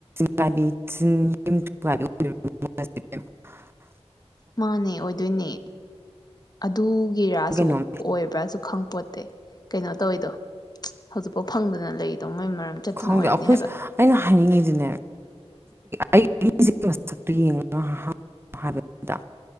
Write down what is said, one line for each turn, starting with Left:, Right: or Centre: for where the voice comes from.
Right: <inaudible>
Left: ꯃꯥꯅꯦ ꯑꯣꯏꯗꯣꯏꯅꯦ ꯑꯗꯨꯒꯤꯔꯁꯨ
Right: ꯀꯩꯅꯣꯝ
Left: ꯑꯣꯏꯕ꯭ꯔꯥꯁꯨ ꯈꯪꯄꯣꯠ ꯑꯦ ꯀꯩꯅꯣ ꯇꯧꯋꯤꯗꯣ ꯍꯧꯖꯤꯛꯐꯥꯎ ꯐꯪꯗꯅ ꯂꯩꯔꯤꯗꯣ ꯃꯣꯏ ꯃꯔꯝ ꯆꯠꯇꯅ
Right: ꯈꯪꯗꯦ
Left: ꯑꯣꯏꯔꯝꯅꯤ
Right: ꯑꯩꯈꯣꯏꯁꯨ
Left: ꯍꯥꯏꯕ
Right: ꯑꯩꯅ ꯍꯥꯏꯅꯤꯡꯉꯤꯗꯨꯅꯦ ꯑꯩꯁꯤꯁꯛꯇ ꯌꯦꯡꯉ ꯍꯥꯏꯕꯗ